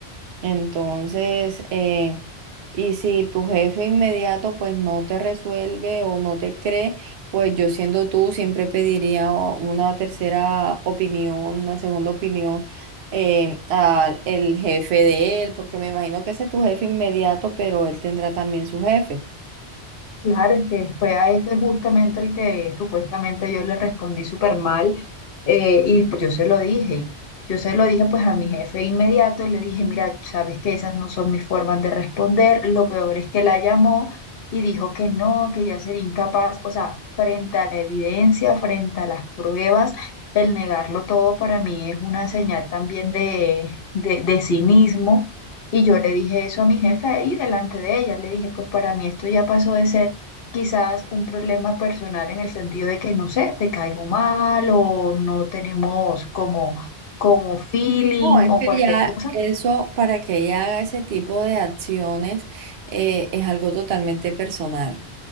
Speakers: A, on the right; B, on the left.
A: Entonces, eh, y si tu jefe inmediato pues no te resuelve o no te cree, pues yo siendo tú siempre pediría una tercera opinión, una segunda opinión eh, al el jefe de él, porque me imagino que ese es tu jefe inmediato, pero él tendrá también su jefe.
B: Claro, es que fue a ese justamente el que supuestamente yo le respondí súper mal eh, y pues yo se lo dije. Yo se lo dije pues a mi jefe inmediato le dije, mira, sabes que esas no son mis formas de responder. Lo peor es que la llamó y dijo que no, que ya sería incapaz. O sea, frente a la evidencia, frente a las pruebas, el negarlo todo para mí es una señal también de, de, de cinismo. Y yo le dije eso a mi jefe ahí delante de ella. Le dije, pues para mí esto ya pasó de ser quizás un problema personal en el sentido de que, no sé, te caigo mal o no tenemos como, como feeling
A: No, es
B: o
A: que
B: cualquier
A: ya
B: cosa.
A: eso, para que ella haga ese tipo de acciones, eh, es algo totalmente personal.